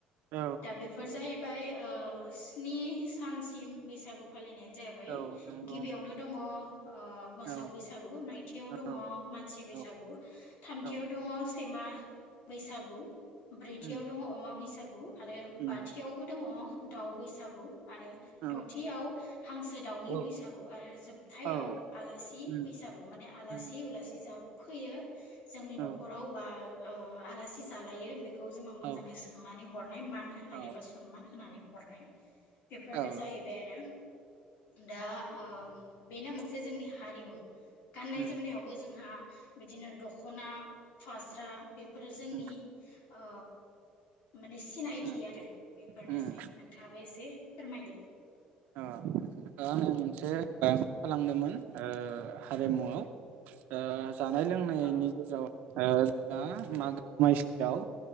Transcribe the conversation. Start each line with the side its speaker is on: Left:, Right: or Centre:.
Right: औ
Left: दा बेफोर जाहै बाय ओ स्नि सानसिम बैसागु फालिनाय जाहैबाय
Right: औ नंगौ
Left: गिबियावनो दङ ओ मोसौ
Right: औ
Left: बैसागु नैथियाव दङ
Right: औ
Left: मानसि बैसागु
Right: औ
Left: थामथियाव
Right: औ
Left: दङ सैमा बैसागु ब्रैथियाव
Right: उम
Left: दङ अमा बैस बैसाग आरो
Right: उम
Left: बाथियावबो दङ दाउ बैसागु आरो
Right: औ
Left: दथियाव हांसो दाउनि
Right: औ
Left: बैसागु आरो जोबथायाव
Right: औ
Left: आलासि
Right: उम
Left: बैसागु माने आलासि
Right: उम
Left: उलासि जा फैयो जोंनि
Right: औ
Left: नखराव
Right: औ
Left: बा ओ आलासि जालायो बे खौ जोंनाव मोजाङै
Right: औ
Left: सोंनानै होनाय मान होनाय
Right: औ
Left: एबा सनमान होनानै हरनाय। बेफोरनो
Right: उम
Left: जाहैबाय आरो दा ओ बेनो मोनसे जोंनि हारिमु। गाननाय
Right: उम
Left: जोमनायावबो जोंहा बिदिनो दखना फास्रा बे फोर जोंनि
Right: उम
Left: ओ माने सिनायथि
Right: उम
Left: आरो। बेफोरनोसै
Right: उम
Left: नोंथाङा एसे फोरमायदो।
Right: ओ दा आङो मोनसे थालांदोंमोन ओ हारिमुआव ओ जानाय लोंनायनि
Left: औ
Right: गेजेराव ओ जोङा मागो दमासिआव